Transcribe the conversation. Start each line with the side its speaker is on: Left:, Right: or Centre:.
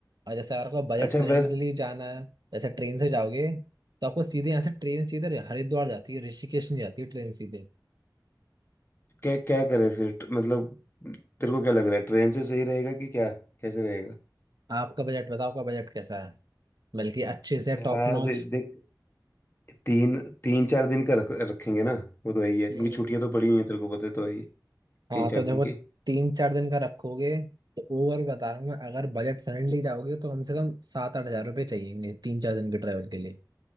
Right: और जैसे अगर आपको बजट
Left: अच्छा
Right: फ्रेंडली
Left: वैसे
Right: जाना है जैसे ट्रेन से जाओगे तो आपको सीधे यहाँ से ट्रेन सीधे हरिद्वार जाती है ऋषिकेश नहीं जाती है ट्रेन सीधे
Left: क्या क्या करें फिर ट- मतलब तेरे को क्या लग रहा है ट्रेन से सही रहेगा कि क्या कैसे रहेगा
Right: आपका बजट बताओ आपका बजट कैसा है बल्कि अच्छे से
Left: यार
Right: टॉप नॉच
Left: देख तीन तीन चार दिन का रख रखेंगे ना वो तो यही है क्योंकि
Right: हम्म
Left: छुट्टियां तो पड़ी हुई हैं तेरे को पता है तो है ही
Right: हाँ
Left: तीन चार
Right: तो देखो
Left: दिन की
Right: तीन चार दिन का रखोगे तो ओवर बता रहा हूँ मैं अगर बजट फ्रेंडली जाओगे तो कम से कम सात आठ हजार रुपये चाहिएंगे तीन चार दिन के ट्रैवल के लिए